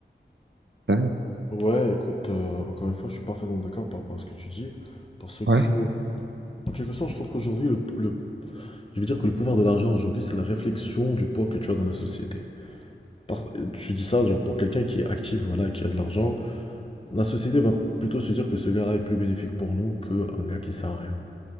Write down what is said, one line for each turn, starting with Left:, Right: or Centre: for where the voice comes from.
Right: Vous savez
Left: Ouais, écoute, euh, encore une fois, je suis parfaitement d'accord par rapport à ce que tu dis, parce
Right: Ouais,
Left: que, en quelque sorte, je trouve qu'aujourd'hui, le, le- je vais dire que le pouvoir de l'argent, aujourd'hui, c'est la réflexion du poids que tu as dans la société. Par- je dis ça genre, pour quelqu'un qui est actif, voilà, qui a de l'argent. La société va plutôt se dire que ce gars-là est plus bénéfique pour nous qu'un gars qui sert à rien.